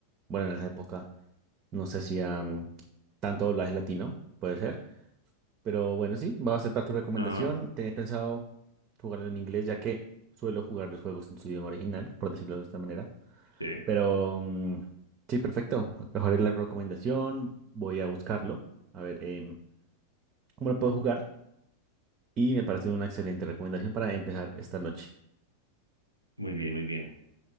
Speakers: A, on the right (about 30°); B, on the left (about 80°).
A: bueno, en esa época no se hacían tanto doblaje latino, puede ser. Pero bueno, sí, voy a aceptar tu recomendación.
B: Ajá,
A: Tenía pensado jugarlo en inglés, ya que suelo jugar los juegos en su idioma original, por decirlo de esta manera.
B: sí.
A: Pero mm, sí, perfecto. Mejoré la recomendación. Voy a buscarlo. A ver, em, ¿cómo lo puedo jugar? Y me parece una excelente recomendación para empezar esta noche.
B: Muy bien, muy bien.